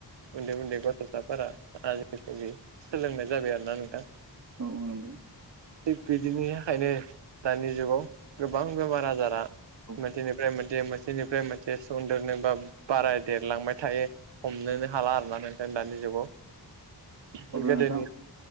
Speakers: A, on the right; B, on the right.
A: उन्दै उन्दै गथ'साफोरा आजिखालि सोलोंनाय जाबाय आरो ना नोंथां
B: औ औ नंगौ
A: थिग बिदिनि थाखायनो दानि जुगाव गोबां बेमार आजारा
B: औ
A: मोनसेनिफ्राय मोनसे मोनसेनिफ्राय मोनसे सुन्देरनो बा बाराय देरलांबाय थायो हमनोनो हाला आरोना नोंखायनो दानि जुगाव
B: अब्ला
A: गोदोनि
B: नोंथां